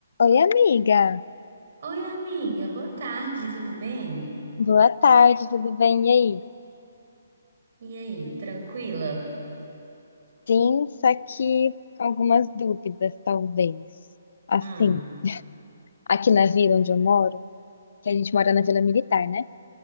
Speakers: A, on the left (about 60°); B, on the right (about 50°).
A: Oi, amiga.
B: Oi, amiga, boa tarde, tudo bem?
A: Boa tarde, tudo bem? E aí?
B: E aí, tranquila?
A: Sim, só que com algumas dúvidas, talvez. Assim,
B: Hum,
A: aqui na vila onde eu moro, que a gente mora na Vila Militar, né?